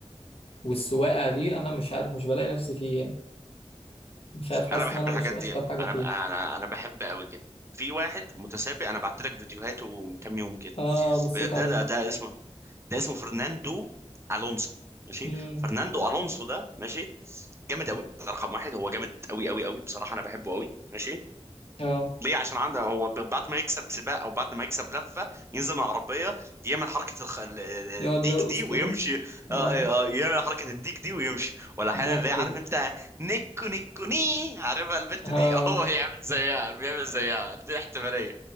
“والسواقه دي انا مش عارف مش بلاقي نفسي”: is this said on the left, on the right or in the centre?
Left